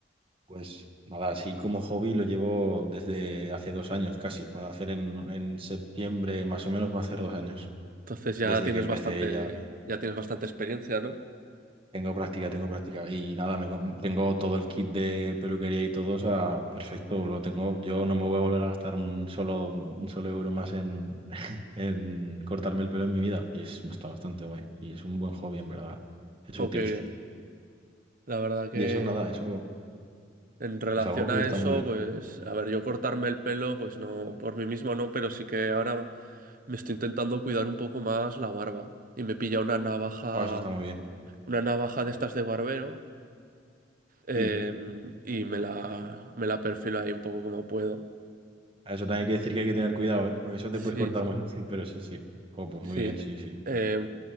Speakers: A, on the right; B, on the right.
A: Pues nada, así como hobby lo llevo desde hace dos años casi. Va a hacer en, en septiembre más o menos, va a hacer dos años.
B: Entonces ya
A: Desde
B: tienes
A: que empecé
B: bastante,
A: ya.
B: ya tienes bastante experiencia, ¿no?
A: Tengo práctica, tengo práctica. Y nada, me, com- tengo todo el kit de peluquería y todo, o sea, perfecto, lo tengo. Yo no me voy a volver a gastar un solo, un solo euro más en, en cortarme el pelo en mi vida. Y es, está bastante guay. Y es un buen hobby, en verdad. Es
B: Jo,
A: útil.
B: qué bien. La verdad que
A: Y eso, nada, eso
B: en relación
A: es algo que
B: a
A: está
B: eso,
A: muy bien.
B: pues, a ver, yo cortarme el pelo, pues no, por mí mismo no, pero sí que ahora me estoy intentando cuidar un poco más la barba. Y me pilla una navaja,
A: Ah, eso está muy bien.
B: una navaja de estas de barbero. Eh,
A: Sí.
B: y me la, me la perfilo ahí un poco como puedo.
A: A Eso también hay que decir que hay que tener cuidado, ¿eh? Porque eso
B: Sí,
A: te puedes cortar
B: sí.
A: muy fácil, pero sí, sí. Oh, pues
B: Sí.
A: muy bien, sí, sí.
B: Eh,